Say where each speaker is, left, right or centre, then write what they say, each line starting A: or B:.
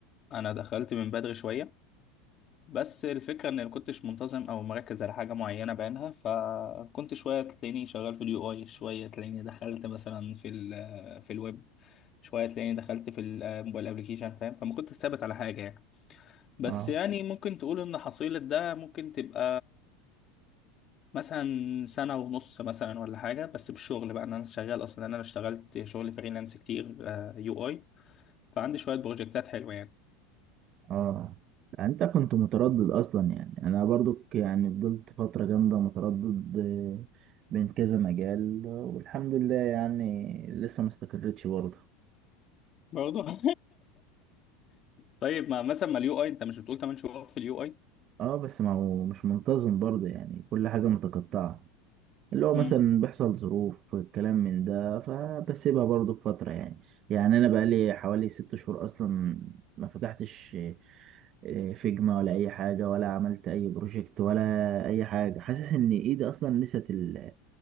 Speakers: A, on the left (about 25°); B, on the right (about 30°).
A: انا دخلت من بدري شويه بس الفكره ان كنتش منتظم او مركز على حاجه معينه بعينها فكنت شويه تلاقيني شغال في اليو اي شويه تلاقيني دخلت مثلا في ال في الويب شويه تلاقيني دخلت في الموبايل ابلكيشن فاهم فما كنتش ثابت على حاجه يعني بس
B: اه
A: يعني ممكن تقول ان حصيله ده ممكن تبقى مثلا سنة ونص مثلا ولا حاجة بس بالشغل بقى إن أنا شغال أصلا أنا اشتغلت شغل فريلانس كتير يو أي فعندي شوية بروجكتات حلوة يعني
B: اه يعني انت كنت متردد اصلا يعني انا برضو يعني فضلت فترة جامدة متردد آه، بين كذا مجال والحمد لله يعني لسه ما استقرتش برضه
A: برضه <laughs> طيب ما مثلا ما اليو اي انت مش بتقول 8 شهور في اليو اي
B: اه بس ما هو مش منتظم برضه يعني كل حاجة متقطعة اللي هو
A: امم
B: مثلا بيحصل ظروف الكلام من ده فبسيبها برضو بفترة يعني يعني أنا بقالي حوالي ست شهور أصلا ما فتحتش آه، فيجما ولا أي حاجة ولا عملت أي بروجكت ولا أي حاجة حاسس إن إيدي أصلا نسيت ال-